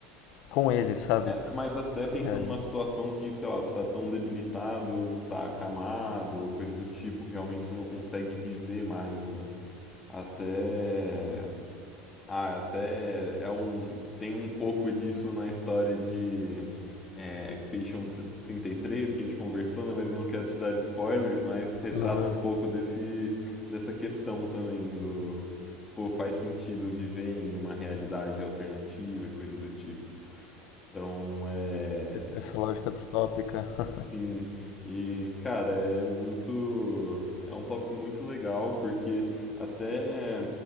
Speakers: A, on the left; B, on the left.
A: com eles, sabe?
B: É, mas até pensando
A: É,
B: numa situação que, sei lá, você está tão debilitado, que está acamado, ou coisa do tipo, que realmente você não consegue viver mais, né? Até. Ah, até é um. Tem um pouco disso na história de é, Expedition tr- trinta e três que a gente conversou, né? Mas eu não quero te dar spoilers, mas retrata
A: aham,
B: um pouco desse, dessa questão também do. Pô, faz sentido viver em uma realidade alternativa e coisa do tipo. Então, é.
A: essa lógica distópica.
B: Sim,
A: <laughs>
B: e cara, é muito. É um tópico muito legal, porque até